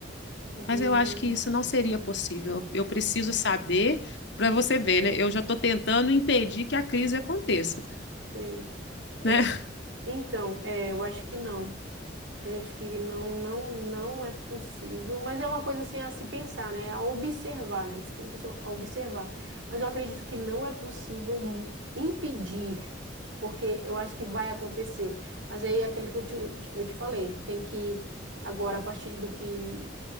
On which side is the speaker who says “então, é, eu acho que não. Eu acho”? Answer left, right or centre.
Right